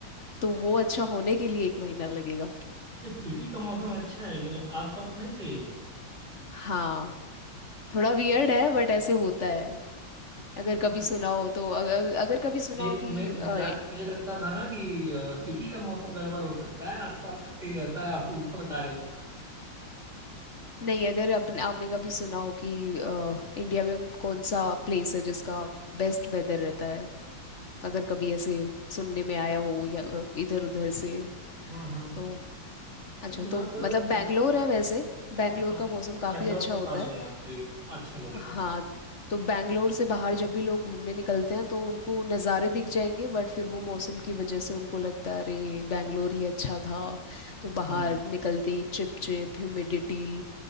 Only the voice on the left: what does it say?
तो वो अच्छा होने के लिए एक महीना लगेगा
हाँ थोड़ा वियर्ड है बट ऐसे होता है अगर कभी
सुना हो तो अगर, अगर कभी सुना
हो कि
अ,
नहीं अगर अपने आपने कभी सुना हो कि अ, इंडिया में कौन सा प्लेस है जिसका बेस्ट वेदर रहता है अगर कभी ऐसे सुनने में आया हो या इधर उधर से
तो अच्छा
तो
मतलब
बैंगलोर
है वैसे बैंगलोर
का मौसम
काफ़ी अच्छा
होता
है
हाँ
तो बैंगलोर से बाहर जब भी लोग घूमने निकलते हैं तो उनको नज़ारे दिख जाएंगे बट फिर वो मौसम की वजह से उनको लगता है अरे बैंगलोर ही अच्छा था तो बाहर
निकलते ही चिप चिप ह्यूमिडिटी